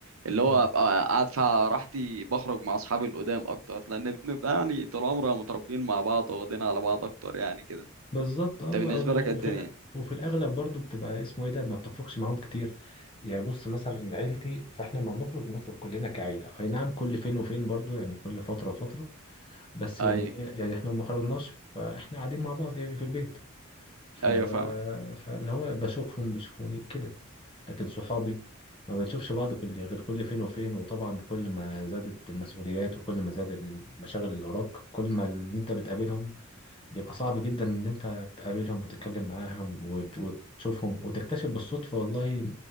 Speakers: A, on the right; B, on the left.
A: اللي هو
B: مم.
A: ابقى قاعد فيها راحتي بخرج مع اصحابي القدام اكتر لان بنبقى يعني طول عمرنا متربيين مع بعض واخدين على بعض اكتر يعني كده
B: بالظبط
A: انت
B: اه
A: بالنسبه
B: أو-
A: لك إيه الدنيا
B: وفي الأ- وفي الاغلب برضو بتبقى اسمه ايه ده ما بتخرجش معاهم كتير يعني بص مثلا عيلتي فاحنا لما بنخرج بنخرج كلنا كعيله اي نعم كل فين وفين برضو يعني كل فتره وفتره بس
A: ايوه
B: يعني إيه، يعني احنا ما خرجناش فاحنا قاعدين مع بعض يعني في البيت ف...
A: ايوه فاهمك
B: فاللي هو بشوفهم بيشوفوني كده لكن صحابي ما بنشوفش بعض كل غير كل فين وفين وطبعا كل ما زادت المسؤوليات وكل ما زاد المشاغل اللي وراك كل ما اللي انت بتقابلهم بيبقى صعب جدا ان انت تقابلهم وتتكلم معاهم وت- وتشوفهم وتكتشف بالصدفة والله